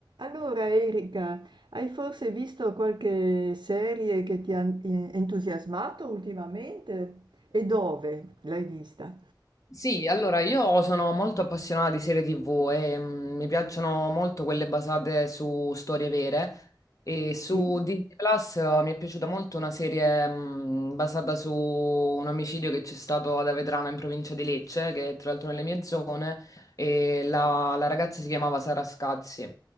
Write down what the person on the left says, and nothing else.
Sì, allora io sono molto appassionata di serie TV e mm, mi piacciono molto quelle basate su storie vere e
su Disney Plus eh, mi è piaciuta molto una serie mm, basata su un omicidio che c'è stato ad Avetrano in provincia di Lecce, che è tra l'altro nelle mie zone, e la, la ragazza si chiamava Sara Scazzi.